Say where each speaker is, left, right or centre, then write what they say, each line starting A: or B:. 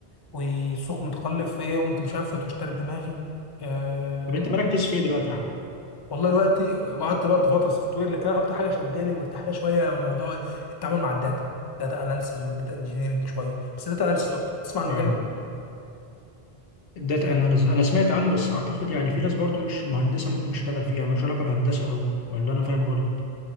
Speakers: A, on the left; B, on the left.
A: والسوق متقلب فايه قمت مشفت واشتريت دماغي أه
B: طب انت مركز في ايه دلوقتي يا احمد
A: والله الوقت وقعدت برضه فتره سوفت وير لكن انا اكتر حاجه شداني ومرتاح لها شويه هو موضوع التعامل مع الداتا داتا اناليسز والداتا انجينيرنج شويه بس داتا اناليسز اكتر تسمع عن المجال
B: اه
A: ده
B: الداتا اناليز انا سمعت عنه بس اعتقد يعني في ناس برضو مش مهندسه ممكن تشتغل فيه يعني ملوش علاقه بهندسه قوي ولا انا فاهم غلط